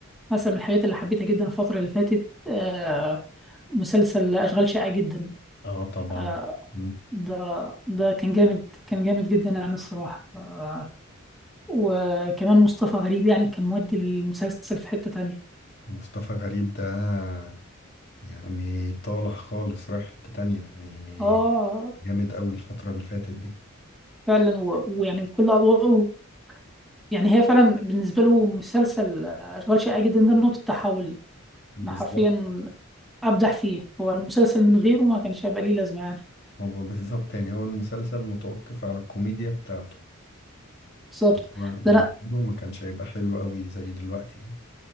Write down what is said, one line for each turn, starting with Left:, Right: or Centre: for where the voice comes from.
Centre: مثلا من الحاجات اللي حبيتها جدا الفترة اللي فاتت آه مسلسل أشغال شاقة جدا
Left: اه طبعا
Centre: آه
Left: مم.
Centre: ده ده كان جامد كان جامد جدا يعني الصراحة آه وكمان مصطفى غريب يعني كان مودي المسلسل في حتة تانية
Left: مصطفى غريب ده يعني طالع خالص رايح حتة تانية يعني
Centre: اه
Left: جامد أوي الفترة اللي فاتت دي
Centre: فعلا و- ويعني كل أدواره يعني هي فعلا بالنسبة له مسلسل أشغال شاقة جدا ده نقطة تحول
Left: بالظبط
Centre: أنا حرفيا أبدع فيه هو المسلسل من غيره ما كانش هيبقى ليه لازمة يعني
Left: هو بالظبط يعني هو المسلسل متوقف على الكوميديا بتاعته
Centre: بالظبط
Left: هو من
Centre: ده لأ
Left: جوه ما كانش هيبقى حلو قوي زي دلوقتي